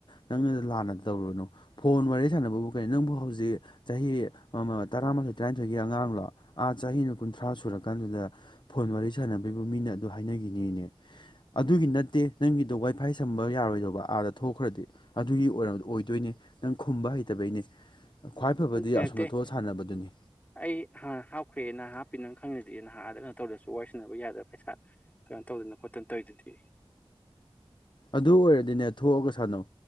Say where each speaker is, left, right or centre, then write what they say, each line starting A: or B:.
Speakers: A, on the left; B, on the left.
A: ꯅꯪꯅ ꯂꯥꯟꯅ ꯇꯧꯔꯨꯅꯨ ꯐꯣꯟ ꯋꯥꯔꯤ ꯁꯥꯟꯅꯕꯕꯨ ꯀꯩꯅꯣ ꯅꯪꯕꯨ ꯍꯧꯖꯤꯛ ꯆꯍꯤ ꯑꯃ ꯇꯔꯥꯃꯥꯊꯣꯏ ꯇꯔꯥꯅꯤꯊꯣꯏꯒꯤ ꯑꯉꯥꯡꯂꯣ ꯑꯥ ꯆꯍꯤꯅ ꯀꯨꯟꯊ꯭ꯔꯥ ꯁꯨ ꯁꯨꯔꯀꯥꯟꯗꯨꯗ ꯐꯣꯟ ꯋꯥꯔꯤ ꯁꯥꯟꯅꯕꯤꯕ ꯃꯤꯅ ꯑꯗꯨ ꯍꯥꯏꯅꯈꯤꯅꯤꯅꯦ ꯑꯗꯨꯒꯤ ꯅꯠꯇꯦ ꯅꯪꯒꯤꯗꯣ ꯋꯥꯏꯐꯥꯏ ꯁꯝꯕ ꯌꯥꯔꯣꯏꯗꯧꯕ ꯑꯥꯗ ꯊꯣꯛꯈ꯭ꯔꯗꯤ ꯑꯗꯨꯒꯤ ꯑꯣꯏꯔꯕ ꯑꯣꯏꯗꯣꯏꯅꯦ ꯅꯪ ꯈꯨꯝꯕ ꯍꯩꯇꯕꯩꯅꯦ ꯈ꯭ꯋꯥꯏ ꯐꯕꯗꯤ
B: ꯅꯠꯇꯦ ꯅꯠꯇꯦ
A: ꯑꯁꯣꯝꯗ ꯊꯣꯛꯑ ꯁꯥꯟꯅꯕꯗꯨꯅꯤ
B: ꯑꯩ ꯍꯥꯞꯈ꯭ꯔꯦꯅ ꯍꯥꯞ ꯄꯤ ꯅꯪ ꯈꯪꯅꯗꯦ ꯅꯍꯥ ꯑꯗ ꯀꯩꯅꯣ ꯇꯧꯗ꯭ꯔꯁꯨ ꯋꯥꯏ ꯁꯟꯅꯅꯕ ꯌꯥꯗꯕ ꯄꯩꯁꯥ ꯀꯩꯅꯣ ꯇꯧꯗꯅ ꯈꯣꯠꯇꯅ ꯇꯧꯔꯤꯗꯨꯗꯤ
A: ꯑꯗꯨ ꯑꯣꯏꯔꯗꯤꯅꯦ ꯊꯣꯛꯑꯒ ꯁꯥꯟꯅꯧ